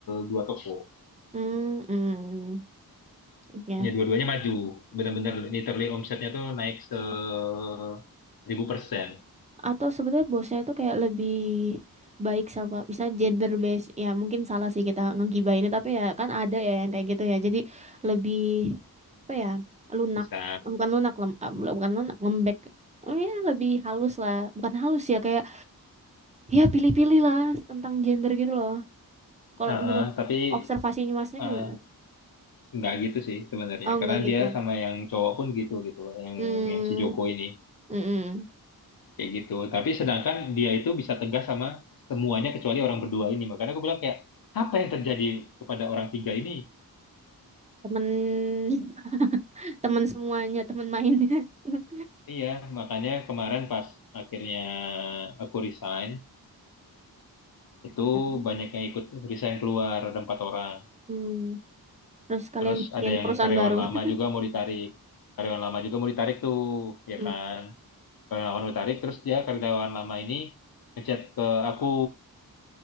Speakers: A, on the left; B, on the right.
A: dua toko
B: hmm mm, ya.
A: Ya, dua-duanya maju. Benar-benar literally omsetnya tuh naik seribu persen.
B: Atau sebetulnya bosnya itu kayak lebih baik sama misalnya gender based ya mungkin salah sih kita ngegibahinnya tapi ya kan ada ya yang kayak gitu ya jadi lebih apa ya lunak
A: Bisa.
B: bukan lunak lem, ah, bu- bukan lunak lembek Oh ya lebih halus lah bukan halus ya kayak ya pilih-pilih lah tentang gender gitu loh Kalau
A: Heeh,
B: menurut
A: tapi
B: observasinya masnya
A: eh,
B: gimana?
A: nggak gitu sih sebenarnya.
B: Oh, enggak
A: Karena
B: gitu.
A: dia sama yang cowok pun gitu gitu loh. Yang,
B: Hmm,
A: yang, yang si Joko ini.
B: mm-mm.
A: Kayak gitu. Tapi sedangkan dia itu bisa tegas sama semuanya kecuali orang berdua ini. Makanya aku bilang kayak, apa yang terjadi kepada orang tiga ini?
B: Temen, <laughs> temen semuanya, temen mainnya. <laughs>
A: Iya, makanya kemarin pas akhirnya aku resign, itu
B: Mm-mm.
A: banyak yang ikut resign keluar, ada empat orang.
B: Hmm, terus kalian
A: Terus
B: bikin
A: ada yang
B: perusahaan
A: karyawan
B: baru.
A: lama
B: <laughs>
A: juga mau ditarik. Karyawan lama juga mau ditarik tuh, ya
B: Hmm,
A: kan? Karyawan lama mau ditarik, terus dia karyawan lama ini ngechat ke aku